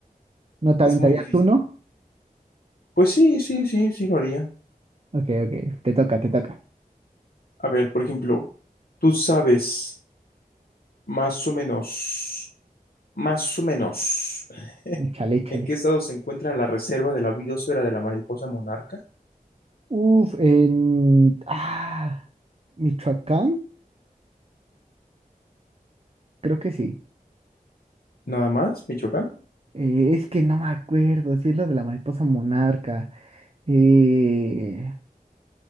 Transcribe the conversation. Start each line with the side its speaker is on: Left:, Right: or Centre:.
Right: ¿No te
Left: es
Right: aventarías
Left: muy difícil.
Right: uno?
Left: Pues sí, sí, sí, sí lo haría.
Right: Ok, ok, te toca, te toca.
Left: A ver, por ejemplo, tú sabes más o menos, más o menos, <laughs>
Right: Échale, échale.
Left: en qué estado se encuentra la reserva de la biosfera de la mariposa monarca,
Right: Uf, en... Ah, Michoacán, creo que sí.
Left: nada más, Michoacán.
Right: Eh, es que no me acuerdo, si es lo de la mariposa monarca. Eh,